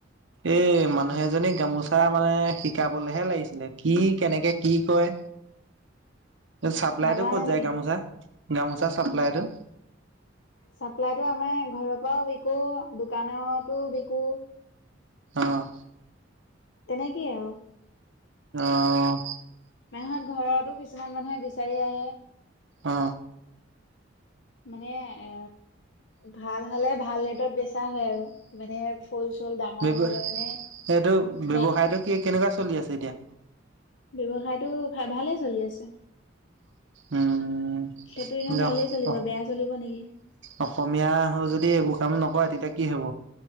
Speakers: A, on the right; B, on the left.
A: এ মানুহ এজনী গামোচা মানে শিকা কবলেহে লাগিছিলে কি কেনেকে কি কয় চাপ্লাইটো
B: নাজানে
A: ক'ত যায়
B: নেকি
A: গামোচা গামোচা চাপ্লাইটো
B: চাপ্লাইতটো আমাৰ ঘৰৰ পৰাও বিকো দোকানতো বিকো
A: আহ
B: তেনেকেই আৰু
A: আহ
B: মানুহত ঘৰতো কিছুমান মানুহে বিচাৰি আহে
A: অ
B: মানে এ ভাল হ'লে ভাল ৰেটত বেচা হয় আৰু মানে ফুল চুল ডাঙৰ
A: ব্যৱ
B: হলে মানে
A: এইটো ব্যৱসায়টো
B: বে
A: কেনেকুৱা চলি আছে এতিয়া
B: ব্যৱসায়টো ভ ভালে চলি আছে।
A: উম
B: সেইটো এনেও
A: কিন্তু
B: ভালেই চলিব বেয়া চলিব নেকি
A: অসমীয়া হ যদি হ ইবোৰ কাম নকৰে তেতিয়া কি হ'ব